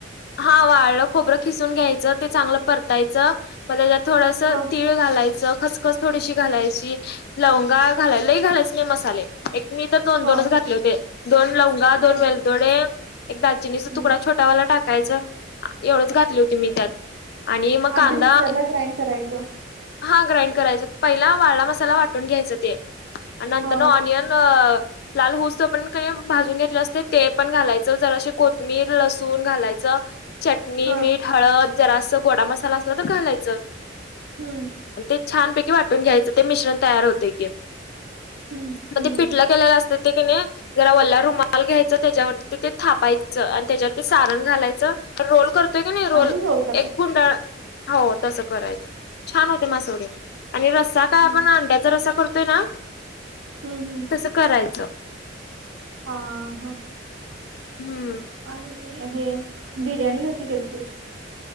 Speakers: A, on the left; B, on the right.
A: हा वाळ खोबरं खिसून घ्यायचं ते चांगलं परतायचं मग त्याच्यात थोडस ति
B: हा
A: तीळ घालायचं, खसखस थोडीशी घालायची, लवंगा घालाय लय घालायच नाही मसाले. एक मी तर दोन
B: हा
A: दोनच घातले होते. दोन लवंगा, दोन
B: हा.
A: वेलदोडे, एक दाल चीनीचा
B: हम्म.
A: तुकडा छोटावाला टाकायच. एवढंच घातली होती मी त्यात आणि मग कांदा
B: ते मिक्सरला ग्राइंड करायचं.
A: हा ग्राईंड करायच. पहिला वाळा मसाला वाटून घ्यायच ते. आणि नंतर
B: हां,
A: ऑनियन लाल होऊस तोपर्यंत कनी भाजून घेतल्यास ते पण, घालायचं जरासी कोथमीर लसूण घालायच. चटणी,
B: हां.
A: मीठ, हळद जरासा गोडा मसाला असला तर घालायचं.
B: हम्म.
A: ते छानपैकी वाटून घ्यायचं ते मिश्रण तयार होतय ते
B: हं,
A: मग
B: हं.
A: ते पिटला केलेलं असतं ते कनी जरा वल्ला रुमाल घ्यायचं त्याच्यावरती ते थापायचं, आणि त्याच्यावरती सारण घालायचं रोल करतोय कनी रोल
B: आणि करायचं.
A: एक गुंडाळ हो तसं करायचं, छान होते मास वडी. आणि रसा काय
B: हं,
A: आपण अंड्याचा रसा करतोय ना?
B: हम् हम्.
A: तसं करायचं.
B: हा हां.
A: हम्म.
B: आणी हे बिर्याणी कशी केलतीस?